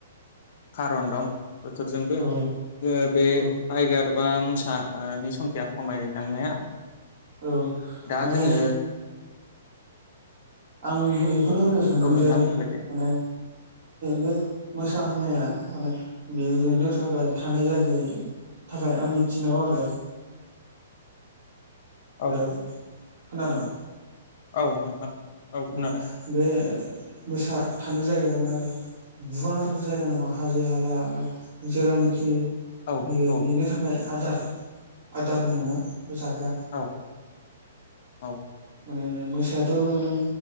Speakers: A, on the left (about 45°); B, on the right (about 50°).
A: खारन दं बोथोरजोंबो
B: औ
A: ओ बे
B: औ
A: टाइगार सोरबा मोसानि संखिया खमायलांनाया।
B: औ
A: दा
B: माने
A: जोङो
B: आं बेखौनो होनो सानदों
A: औ नोंथां
B: जे
A: बुंलाय दे
B: माने लेख मोसा होननाया माने बेनो थाखाय थानो जायगायै थाखाय आं मिथिनायाव आरो
A: औ
B: हेल' खोनादों?
A: औ नोंथां। औ खोनादों
B: म बे मोसा थानो जायगा माने गुवार जायगा नांगौ हाजो हाला जेरावनोखि
A: औ
B: बे
A: औ
B: बेनो थाखाय आदार आदार होनोना जाग्रा
A: औ औ
B: माने मोसायाथ' नों